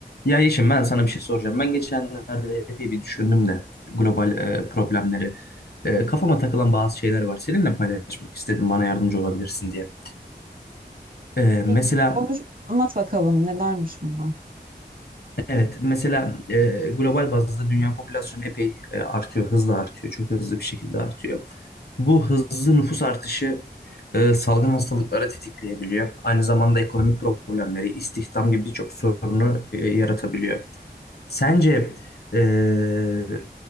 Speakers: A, on the left; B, on the right.
A: Ya Yeşim ben sana bir şey soracağım. Ben geçenlerde epey bir düşündüm de global e, problemleri. E, kafama takılan bazı şeyler var. Seninle paylaşmak istedim bana yardımcı olabilirsin diye. E, mesela
B: Bir konuş, anlat bakalım nelermiş bunlar?
A: evet mesela e, global bazda dünya popülasyonu epey e, artıyor. Hızla artıyor. Çok hızlı bir şekilde artıyor. Bu hızlı nüfus artışı e, salgın hastalıkları tetikleyebiliyor. Aynı zamanda ekonomik problemleri, istihdam gibi birçok sorunu e, yaratabiliyor. Sence eee,